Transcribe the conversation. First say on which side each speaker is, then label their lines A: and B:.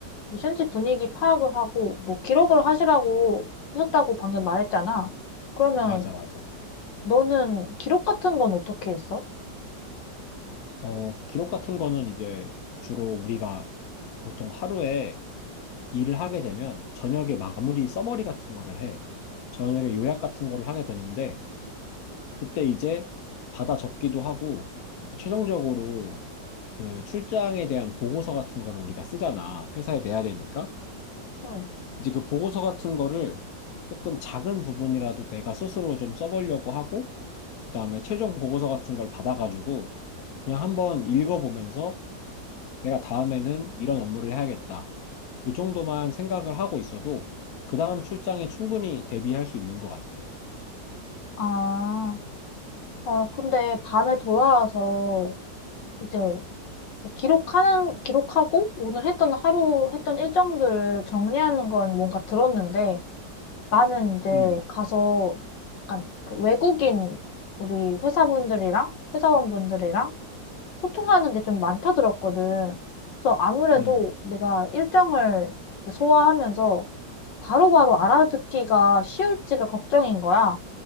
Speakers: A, on the left (about 80°); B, on the left (about 60°).
A: 현지 분위기 파악을 하고 뭐 기록을 하시라고 하셨다고 방금 말했잖아. 그러면
B: 맞아, 맞아.
A: 너는 기록 같은 건 어떻게 했어?
B: 어, 기록 같은 거는 이제 주로 우리가 보통 하루에 일을 하게 되면 저녁에 마무리 서머리 같은 거를 해. 저녁에 요약 같은 거를 하게 되는데 그때 이제 받아 적기도 하고 최종적으로 그 출장에 대한 보고서 같은 거를 우리가 쓰잖아. 회사에 내야 되니까.
A: 응.
B: 이제 그 보고서 같은 거를 조금 작은 부분이라도 내가 스스로 좀 써보려고 하고 그다음에 최종 보고서 같은 걸 받아가지고 그냥 한번 읽어보면서 내가 다음에는 이런 업무를 해야겠다. 이 정도만 생각을 하고 있어도 그 다음 출장에 충분히 대비할 수 있는 것 같아.
A: 아, 아, 근데 밤에 돌아와서 이제 기록하는, 기록하고 오늘 했던 하루 했던 일정들을 정리하는 건 뭔가 들었는데 나는 이제
B: 음,
A: 가서 약간 그 외국인 우리 회사분들이랑 회사원분들이랑 소통하는 게 좀 많다 들었거든. 그래서 아무래도
B: 음.
A: 내가 일정을 이제 소화하면서 바로바로 알아듣기가 쉬울지가 걱정인 거야.